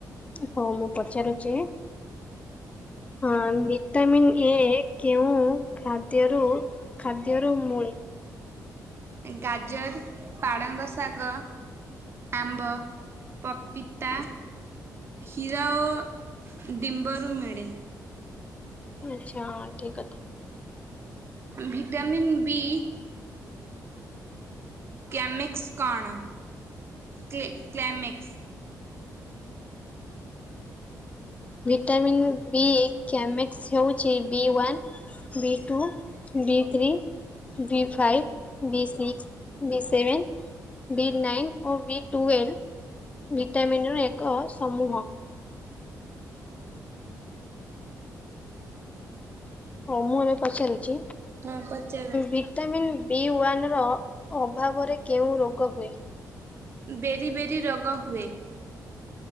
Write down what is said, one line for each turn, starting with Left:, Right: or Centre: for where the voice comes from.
Left: ହଁ ମୁଁ ପଚାରୁଛି। ହଁ ଭିଟାମିନ୍ ଏ କେଉଁ ଖାଦ୍ୟରୁ ଖାଦ୍ୟର ମୂଲ
Right: ଗାଜର ପାଳଙ୍ଗ ଶାଗ ଆମ୍ବ ପପିତା। କ୍ଷୀରା ଓ ଡିମ୍ବରୁ ମିଳେ।
Left: ଆଚ୍ଛା ହଁ ଠିକ କଥା।
Right: Vitamin B. କ୍ୟାମିକ୍ସ କଣ? କ୍ଲେ
Left: <unintelligible>
Right: କ୍ଲାମେକ୍ସ।
Left: ଭିଟାମନ୍ ବି ଆମେ ସେ ହେଉଛି B one B two B three. B five B six B seven. B nine ଓ ବି ଟୁଲ ଭିଟାମିନ ର ଏକ ସମୂହ। ହଁ ମୁଁ ଏବେ ପଚାରୁଛି
Right: ହଁ ପଚାର।
Left: ଭିଟାମିନ୍ ବି ୱାନ୍ର ଅଭାବରେ କେଉଁ ରୋଗ ହୁଏ?
Right: ବେରି ବେରି ରୋଗ ହୁଏ।